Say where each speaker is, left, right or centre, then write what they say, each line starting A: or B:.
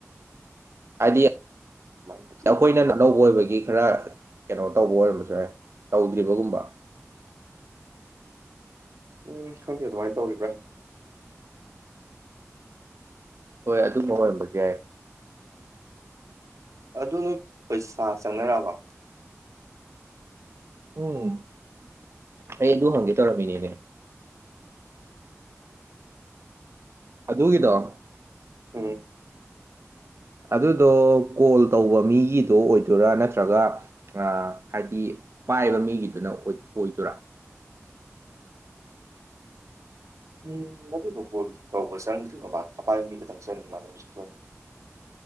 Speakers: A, on the right (about 55°); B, on the right (about 80°).
A: ꯍꯥꯏꯗꯤ ꯑꯩꯈꯣꯏꯅ
B: ꯑꯗꯨꯃꯥꯏꯅ ꯈꯜꯂꯤ
A: ꯑꯅꯧꯕ ꯑꯣꯏꯕꯒꯤ ꯈꯔ ꯀꯩꯅꯣ ꯇꯧꯕ ꯑꯣꯏꯔꯝꯃꯁꯨ ꯌꯥꯢ ꯇꯧꯗ꯭ꯔꯤꯕꯒꯨꯝꯕ
B: ꯎꯝ ꯈꯪꯗꯦ ꯑꯗꯨꯃꯥꯏ ꯇꯧꯔꯤꯕ꯭ꯔꯥ
A: ꯍꯣꯏ ꯑꯗꯨꯒꯨꯝꯕ ꯑꯣꯏꯔꯝꯕꯁꯨ ꯌꯥꯏ
B: ꯑꯗꯨ ꯅꯣꯏ ꯄꯩꯁꯥ ꯆꯪꯅꯔꯛꯑꯕꯣ
A: ꯎꯝ ꯑꯩ ꯑꯗꯨ ꯍꯪꯒꯦ ꯇꯧꯔꯝꯃꯤꯅꯤꯅꯦ ꯑꯗꯨꯒꯤꯗꯣ
B: ꯎꯝ
A: ꯑꯗꯨꯗꯣ ꯀꯣꯜ ꯇꯧꯕ ꯃꯤꯒꯤꯗꯣ ꯑꯣꯏꯗꯣꯏꯔꯥ ꯅꯠꯇ꯭ꯔꯒ ꯑ ꯍꯥꯏꯗꯤ ꯄꯥꯏꯕ ꯃꯤꯒꯤꯗꯨꯅ ꯑꯣꯏꯗꯣꯏꯔꯥ
B: ꯎꯝ ꯑꯗꯨꯗꯣ ꯀꯣꯜ ꯇꯧꯕ ꯆꯪꯗ꯭ꯔꯤꯕ ꯃꯥꯟꯅꯦ ꯑꯄꯥꯏꯕ ꯃꯤ ꯈꯛꯇꯪ ꯆꯪꯉꯤ ꯃꯥꯅꯦ ꯍꯧꯖꯤꯛꯀꯤ ꯑꯣꯢꯅ